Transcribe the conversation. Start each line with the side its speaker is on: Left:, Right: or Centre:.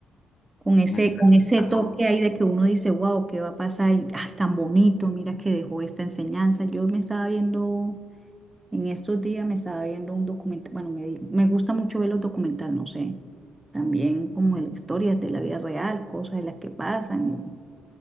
Right: con ese,
Left: Mensaje
Right: con ese
Left: a
Right: toque
Left: fondo,
Right: ahí de que uno dice, wow, ¿qué va a pasar? Y, ay, tan bonito, mira que dejó esta enseñanza. Yo me estaba viendo, en estos días me estaba viendo un documental, bueno, me, di- me gusta mucho ver los documentales, no sé, también como de la historia de la vida real, cosas de las que pasan